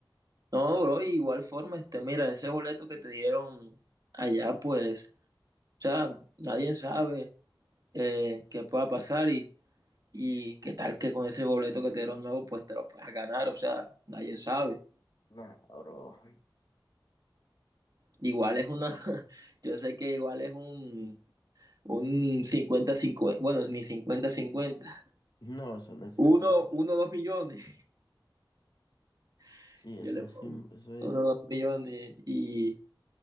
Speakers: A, on the right (about 50°); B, on the left (about 55°).
A: No, bro, y igual forma, este, mira, ese boleto que te dieron allá, pues, o sea, nadie sabe eh, qué pueda pasar y Y qué tal que con ese boleto que te dieron nuevo, pues te lo puedas ganar, o sea, nadie sabe.
B: No, bro.
A: Igual es una, <laughs> yo sé que igual es un, un cincuenta 50 bueno, ni cincuenta cincuenta
B: No, eso no es
A: Uno,
B: no, Sí,
A: uno, dos millones, <laughs>
B: Sí,
A: yo
B: eso
A: le pongo.
B: es, sim- eso es,
A: Uno, dos millones y...